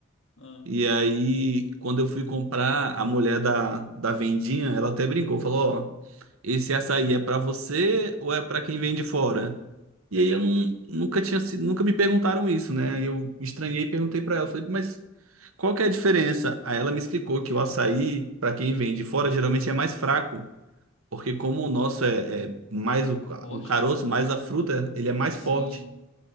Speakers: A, on the left; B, on the right.
A: Ah.
B: E aí, quando eu fui comprar, a mulher da, da vendinha, ela até brincou, falou, ó, esse açaí é para você ou é para quem vem de fora? E aí eu não, nunca tinha sido, nunca me perguntaram isso, né? Aí Eu estranhei e perguntei para ela, falei, mas qual que é a diferença? Aí ela me explicou que o açaí, para quem vem de fora, geralmente é mais fraco. Porque como o nosso é, é mais o, ca-
A: Forte,
B: o caroço,
A: né?
B: mais a fruta, ele é mais
A: Sim.
B: forte.